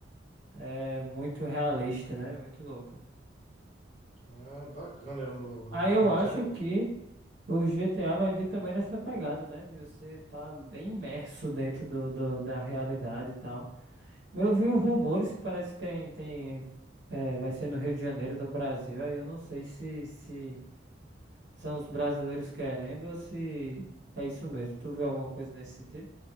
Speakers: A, on the right (about 60°); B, on the right (about 35°).
A: é muito realista, né? Muito louco. né?
B: Ah, bacana. Eu, não-
A: Aí
B: eu,
A: eu
B: eu vou
A: acho
B: até
A: que o GTA vai vir também nessa pegada, né? De você estar bem imerso dentro do, do- da realidade e tal. Eu vi uns rumores que parece que tem, tem, eh, vai ser no Rio de Janeiro, no Brasil. Aí eu não sei se, se são os brasileiros querendo ou se é isso mesmo. Tu viu alguma coisa nesse sentido?